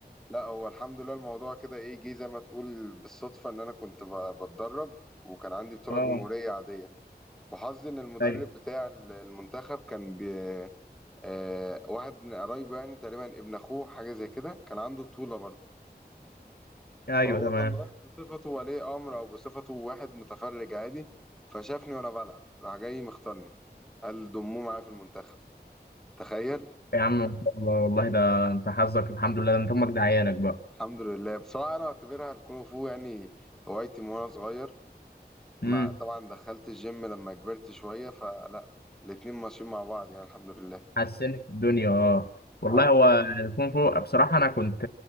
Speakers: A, in the centre; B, on the left.
A: لا هو الحمد لله الموضوع كده ايه جه زي ما تقول بالصدفة ان انا كنت ب- بتدرب وكان عندي بطولة
B: اه
A: جمهورية عادية وحظي ان المدرب
B: ايوه
A: بتاع ال- المنتخب كان بي آه واحد من قرايبه يعني تقريبا ابن اخوه حاجة زي كده كان عنده بطولة برضه فهو
B: ايوه تمام
A: كان رايح بصفته ولي امر او بصفته واحد متفرج عادي فشافني وانا بلعب راح جاي مختارني قال ضموه معايا في المنتخب تخيل
B: يا عم إن شاء الله والله ده انت حظك الحمد لله ده انت امك دعيانك بقى
A: الحمد لله بصراحة أنا أعتبرها الكونغ فو يعني هوايتي من وأنا صغير مع
B: امم
A: طبعا دخلت الجيم لما كبرت شوية فلا الاتنين ماشيين مع بعض يعني الحمد لله
B: حسنت الدنيا اه والله
A: اه
B: هو الكونغ فو بصراحه انا كنت